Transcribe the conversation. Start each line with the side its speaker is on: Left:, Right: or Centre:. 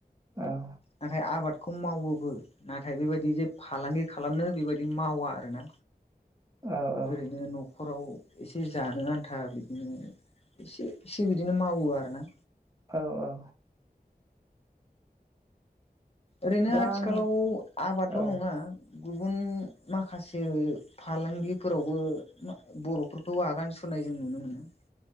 Right: औ
Left: नाथाय आबाद खौ मावोबो नाथाय बेबायदि जे फालांगि खालामनो बेबायदि मावा आरोना।
Right: औ औ
Left: ओरैनो नखराव एसे जानो आन्था बि दिनो एसे इसे बिदिनो मावो आरोना।
Right: औ औ।
Left: ओरैनो
Right: दा
Left: आथिखालाव
Right: आं
Left: आबादल'
Right: औ
Left: नङा गुबुन माखासे फालांगिफोरावबो मा बर'फोरखौ आगान सुरनाय जों नुनो मोनो।